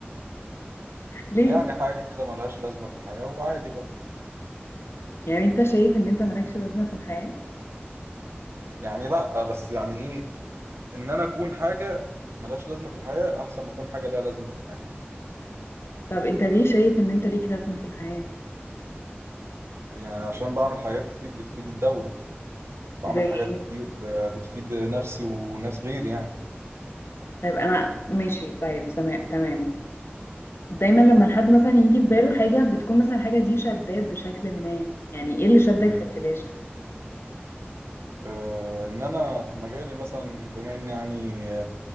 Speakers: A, on the left (about 75°); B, on the right (about 90°).
A: ليه
B: يعني حاجه كده ملهاش لازمه في الحياه وعادي بقى
A: يعني انت شايف ان انت مالكش لازمة في الحياة
B: يعني لا بس يعني ايه ان انا اكون حاجه ملهاش لازمه في الحياه احسن ما اكون حاجه ليها لازمه في الحياه
A: طب انت ليه شايف ان انت ليك لازمة في الحياة
B: يعني عشان بعمل حاجات كتير بتفيد الدوله بعمل
A: زي
B: حاجات
A: ايه
B: كتير آه، بتفيد نفسي وناس غيري يعني
A: طيب انا ماشي طيب سماء تمام دايما لما الحد مثلا يجي في باله حاجة بتكون مثلا حاجة دي شداه بشكل ما يعني ايه اللي شدك
B: مم.
A: في الفلاشة
B: آه، ان انا في مجالي مثلا بما اني يعني